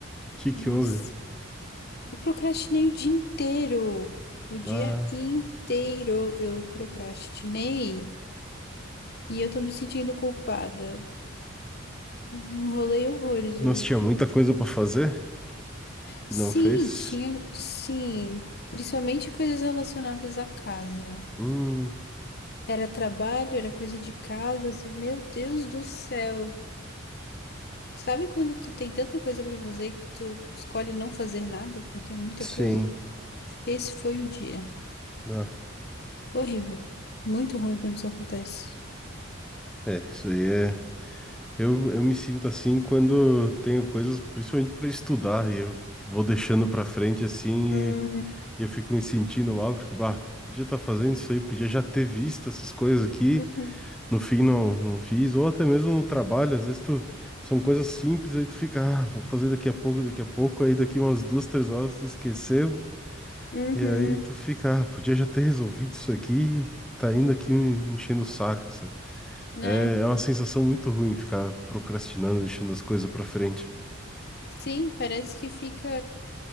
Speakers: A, in the centre; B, on the left.
A: que que
B: mas
A: houve?
B: eu procrastinei o dia inteiro. O dia
A: Ah,
B: inteiro eu procrastinei e eu tô me sentindo culpada. Eu Enrolei horrores
A: nós
B: hoje.
A: tinha muita coisa para fazer
B: Sim,
A: e não fez?
B: tinha, sim, principalmente coisas relacionadas à casa.
A: Hum,
B: Era trabalho, era coisa de casa, assim, meu Deus do céu. Sabe quando tu tem tanta coisa pra fazer que tu escolhe não fazer nada porque é muita
A: sim.
B: coisa? Esse foi o dia.
A: Ah,
B: Horrível. Muito ruim quando isso acontece.
A: é, isso aí é. Eu, eu me sinto assim quando tenho coisas, principalmente para estudar, e eu vou deixando para frente assim
B: Hum,
A: e, e eu fico me sentindo mal, porque, bah, podia estar fazendo isso aí, podia já ter visto essas coisas aqui
B: uhum,
A: No fim não, não fiz, ou até mesmo no trabalho, às vezes tu, são coisas simples, aí tu fica, ah, vou fazer daqui a pouco, daqui a pouco, aí daqui umas duas, três horas tu esqueceu,
B: uhum,
A: e aí tu fica, ah, podia já ter resolvido isso aqui, tá ainda aqui me enchendo o saco, sabe?
B: né?
A: É, é uma sensação muito ruim ficar procrastinando, deixando as coisas pra frente.
B: Sim, parece que fica.